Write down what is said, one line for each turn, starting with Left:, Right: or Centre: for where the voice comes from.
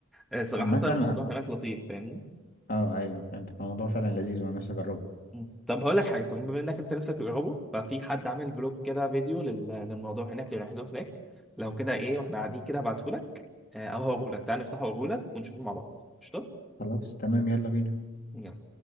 Centre: آه، صراحة
Left: عامة
Centre: الموضوع
Left: أنا-
Centre: هناك لطيف فاهمني
Left: اه ايوه فهمت الموضوع فعلا لذيذ وانا نفسي اجربه
Centre: مم. طب هقول لك حاجة طب بما انك انت نفسك تجربه ففي حد عامل فلوج كده فيديو لل- للموضوع هناك لرحلته هناك لو كده ايه واحنا قاعدين كده ابعتهولك آه، او هوريهولك تعال نفتحه وأوريهولك ونشوفه مع بعض قشطة
Left: خلاص تمام يلا بينا
Centre: يلا